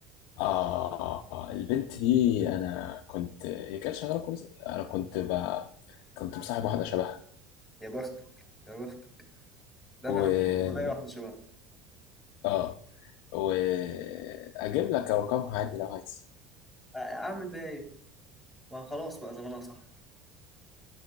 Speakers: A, on the left; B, in the centre.
A: اه البنت دي انا كنت هي كانت شغالة كويس انا كنت ب... كنت مصاحب واحدة شبهها
B: يا بختك يا بختك ده
A: و
B: أنا هموت وألاقي واحدة شبهها
A: اه واجيب لك رقمها عادي لو عايز
B: آه، أعمل بيها إيه؟ ما خلاص بقى زمانها صح